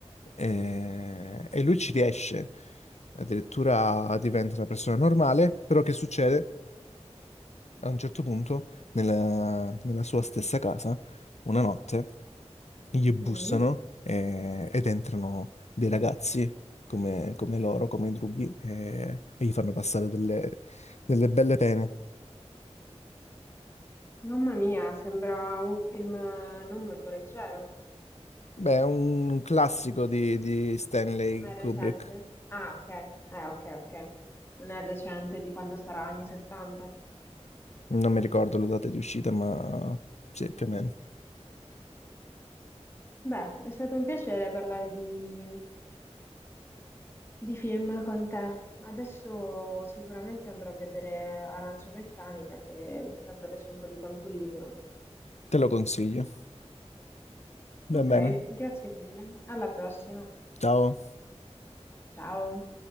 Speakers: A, on the left; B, on the left.
A: E, e lui ci riesce, addirittura diventa una persona normale, però che succede? a un certo punto, nella, nella sua stessa casa, una notte, gli bussano
B: Mm?
A: eh, ed entrano dei ragazzi come, come loro, come i drughi, eh, e gli fanno passare delle, delle belle pene.
B: Mamma mia, sembra un film eh, non molto leggero.
A: Beh, è un classico di, di Stanley
B: Ma è recente?
A: Kubrick.
B: Ah, ok. Eh, ok, ok. Non è recente di quando sarà anni 70.
A: Non mi ricordo la data di uscita, ma sì,
B: Mm.
A: più o meno.
B: Beh, è stato un piacere parlare di, di film con te. Adesso sicuramente andrò a vedere Arancia Meccanica, che tanto adesso ho un po' di tempo libero.
A: Te lo consiglio. Va
B: Ok,
A: bene.
B: grazie mille. Alla prossima.
A: Ciao.
B: Ciao.